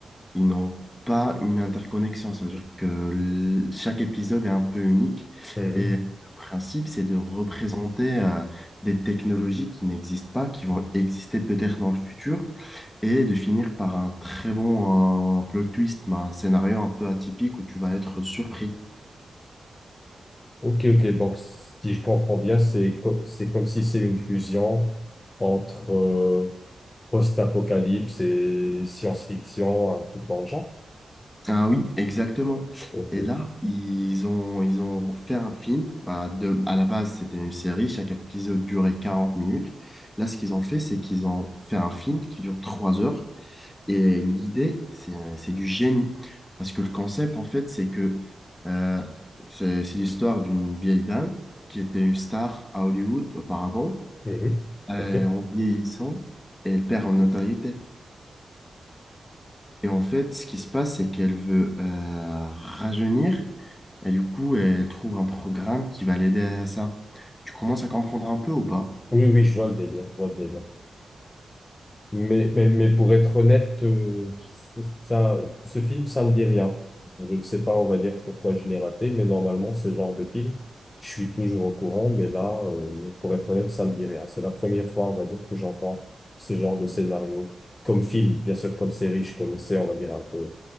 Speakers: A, on the left; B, on the left.
A: ils n'ont pas une interconnexion. Ça veut dire que l- chaque épisode est un peu unique.
B: Mhm.
A: Et le principe, c'est de représenter euh, des technologies qui n'existent pas, qui vont exister peut-être dans le futur, et de finir par un très bon euh, plot twist, mais un scénario un peu atypique où tu vas être surpris.
B: Ok, ok, donc si je comprends bien, c'est co- c'est comme si c'est une fusion entre euh, post-apocalypse et science-fiction, un truc dans le genre.
A: Ah oui, exactement.
B: Ok,
A: Et
B: ok.
A: là, ils ont, ils ont fait un film. Bah, de, à la base, c'était une série. Chaque épisode durait 40 minutes. Là, ce qu'ils ont fait, c'est qu'ils ont fait un film qui dure 3 heures. Et l'idée, c'est, un- c'est du génie. Parce que le concept, en fait, c'est que euh, c'est c'est l'histoire d'une vieille dame qui était une star à Hollywood auparavant.
B: Mhm.
A: Euh,
B: Ok.
A: en vieillissant, elle perd en notoriété. Et en fait, ce qui se passe, c'est qu'elle veut euh, rajeunir Et du coup, elle trouve un programme qui va l'aider à ça. Tu commences à comprendre un peu ou pas?
B: Oui, oui, je vois le délire, je vois le délire. Mais, mais, mais pour être honnête, euh, ça, ce film, ça me dit rien. Je ne sais pas, on va dire, pourquoi je l'ai raté, mais normalement, ce genre de film, je suis toujours au courant, mais là, euh, pour être honnête, ça me dit rien. C'est la première fois, on va dire, que j'entends ce genre de scénario. Comme film, bien sûr, comme série, je connaissais, on va dire, un peu